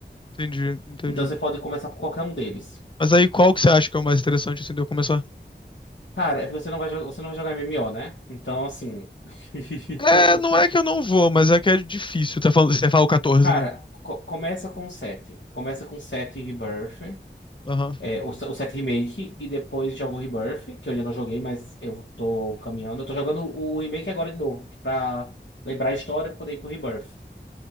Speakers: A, on the left; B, on the left.
A: Entendi, entendi.
B: Então você pode começar por qualquer um deles.
A: Mas aí qual que você acha que é o mais interessante, assim, de eu começar?
B: Cara, é porque você não vai, jo- você não vai jogar MMO, né? Então, assim. <laughs>
A: É,
B: que eu- eu-
A: não é que eu não vou, mas é que é difícil. Tá falando, você fala o 14,
B: cara,
A: né?
B: co- começa com o 7. Começa com 7 Rebirth.
A: Aham,
B: É, o, se- o 7 Remake e depois jogo o Rebirth, que eu ainda não joguei, mas eu tô caminhando. Eu tô jogando o Remake agora de novo, pra lembrar a história pra poder ir pro Rebirth.